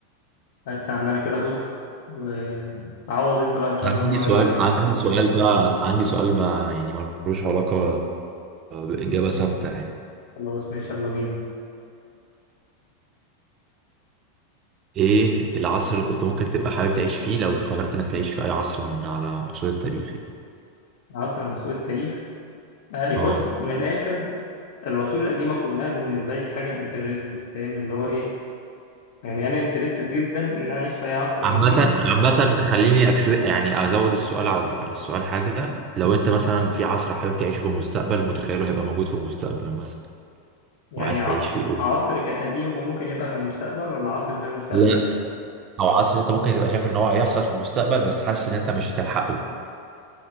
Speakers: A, on the left (about 60°); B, on the right (about 30°).
A: بس يا عم أنا كده فزت وتعوض أنت بقى إن شاء
B: أنا
A: الله المرة
B: عندي سؤال
A: الجاية
B: عندي سؤال بقى عندي سؤال ما يعني ملوش علاقة بإجابة ثابتة يعني
A: خلاص ماشي يلا بينا
B: إيه العصر اللي كنت ممكن تبقى حابب تعيش فيه لو اتخيرت إنك تعيش في أي عصر من على عصور التاريخ يعني
A: عاصم عصور التاريخ آه إيه،
B: اه
A: بص من الآخر العصور القديمة كلها بالنسبة لي حاجة انترستد فاهم اللي هو إيه يعني أنا انترستد جدا إن أنا أعيش في أي عصر
B: عامة
A: قديم
B: عامة خليني أكس... يعني أزود السؤال على على السؤال حاجة لو أنت مثلا في عصر حابب تعيشه في المستقبل متخيله هيبقى موجود في المستقبل مثلا
A: يعني
B: وعايز
A: ع-
B: تعيش فيه قول
A: عصر كان قديم وممكن يبقى في المستقبل ولا عصر في المستقبل
B: لا أو عصر أنت ممكن تبقى شايف إن هو هيحصل في المستقبل بس حاسس إن أنت مش هتلحقه